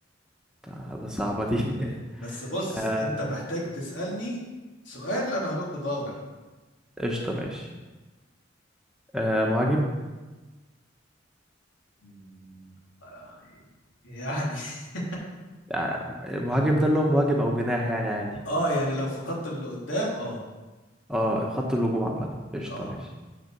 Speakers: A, in the centre; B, on the left.
A: آه، ده صعبه دي <laughs>
B: بس بص
A: آه
B: انت محتاج تسألني سؤال انا هرد بقى ولا
A: قشطه ماشي آه مهاجم
B: مم، آه، يعني <laughs>
A: آه مهاجم ده اللي هو مهاجم او جناح يعني عادي
B: اه يعني لو فقدت اللي قدام اه
A: اه خط الهجوم عامه قشطه
B: اه
A: ماشي